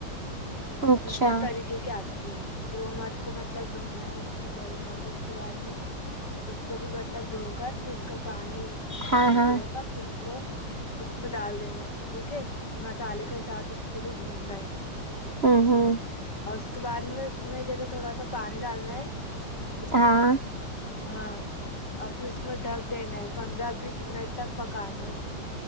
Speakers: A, on the left (about 50°); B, on the right (about 30°).
A: تو
B: اچھا
A: بہت طریقے کے آتے وہ تو مٹ کو مطلب دھونا ہے اس کو پہلے اور پھر اس کے بعد میں اس کو بھی مطلب دھو کر پھر اس کو پانی
B: ہاں
A: نچوڑ
B: ہاں
A: کر اس کو اس میں ڈال دینا ہے ٹھیک ہے مسالے کے ساتھ اس کو بھی بھوننا ہے
B: ہاں ہاں
A: اور اس کے بعد میں اس میں جیسے تھوڑا سا پانی ڈالنا ہے
B: ہاں
A: ہاں اور پھر اس میں ڈھک دینا ہے پندرہ بیس منٹ تک پکانا ہے اس کو